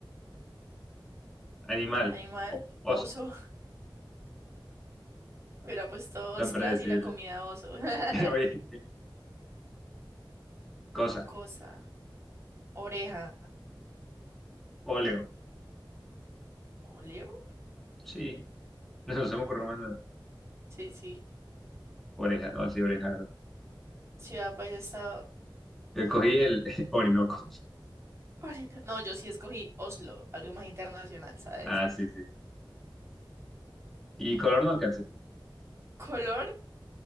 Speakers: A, in the centre; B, on the right (about 35°).
A: <laughs> animal,
B: Animal.
A: o- oso.
B: Oso. Hubiera puesto ostras
A: Tan predecible.
B: y la comida oso. <laughs>
A: <laughs> Oye, cosa,
B: Cosa. Oreja.
A: óleo.
B: ¿Oleo?
A: Sí, no no se me ocurrió más nada.
B: Sí, sí.
A: Oreja, no, sí, oreja, ¿verdad?
B: Ciudad, país, estado.
A: Eh, Cogí el <laughs> Orinoco.
B: <laughs> Orina- No, yo sí escogí Oslo, algo más internacional, ¿sabes?
A: Ah, sí, sí. Y color no alcancé.
B: Color,